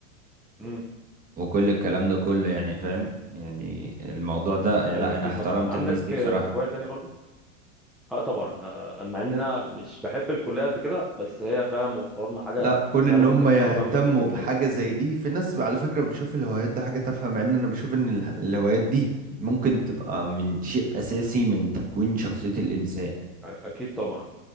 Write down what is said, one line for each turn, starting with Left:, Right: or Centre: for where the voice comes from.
Centre: امم
Right: وكل الكلام ده كله يعني فاهم يعني الموضوع ده
Centre: ايوه
Right: لا
Centre: اكيد
Right: انا احترمت
Centre: طبعا عندك
Right: الناس دي بصراحة
Centre: آه، هوايه تانية برضو اه طبعا آه، انا مع ان انا مش بحب الكليه قد كده بس هي فعلا موفر لنا حاجه
Right: لا كون ان
Centre: فعلا
Right: هم
Centre: ممكن
Right: يهتموا
Centre: تخرج بيها من ضغط الكليه
Right: بحاجة زي دي في ناس على فكرة بتشوف الهوايات دي حاجة تافهة مع ان انا بشوف ان اله- الهوايات دي ممكن تبقى من شيء اساسي من تكوين شخصية الانسان
Centre: أ- اكيد طبعا